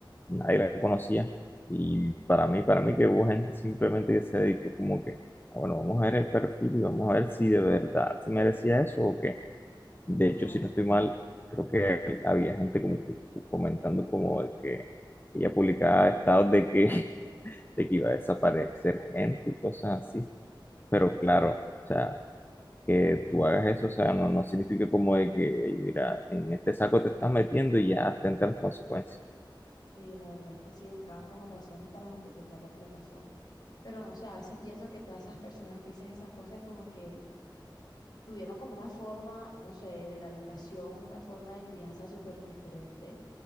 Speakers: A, on the left (about 25°); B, on the left (about 50°).
A: nadie la conocía, y para mí, para mí que hubo gente simplemente que se dedicó como que, ah, bueno, vamos a ver el perfil y vamos a ver si de verdad se merecía eso o qué. De hecho,
B: Claro.
A: si no estoy mal, creo que había gente como que comentando como de que ella publicaba estados de que de que iba a desaparecer gente y cosas así. Pero
B: Sí,
A: claro, o sea, que tú hagas eso, o sea, no, no significa como de que, "Ey, mira, en este saco te estás metiendo y ya atenta a las consecuencias.
B: sí, la verdad es que sí, buscaban como razones para justificar lo que le pasó. Pero no sé, a veces pienso que todas esas personas que dicen esas cosas como que tuvieron como una forma, no sé, de la educación, una forma de crianza súper diferente